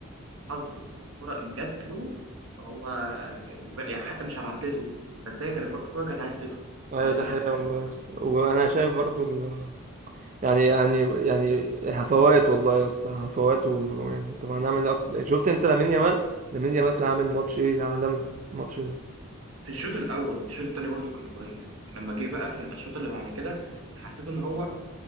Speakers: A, on the right; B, on the right.
A: حظه الكرة جات له هو وج- يعني حتى مش على عدلته بس هي كانت الكرة كانت عايز تدخل
B: ايوه
A: فهي
B: ده
A: دخلت
B: حقيقة والله
A: يعني مرة
B: يا اسطى
A: واحدة
B: وانا شايف برضو ال... يعني يعني يعني هفوات والله يا اسطى هفوات و... يعني طب هنعمل إيه أك... شفت انت لامين يامال لامين يامال كان عامل ماتش ايه عالمي الماتش ده
A: في الشوط الأول والشوط التاني برضو كان كويس لما جه بقى في الشوط اللي بعد كده حسيت إن هو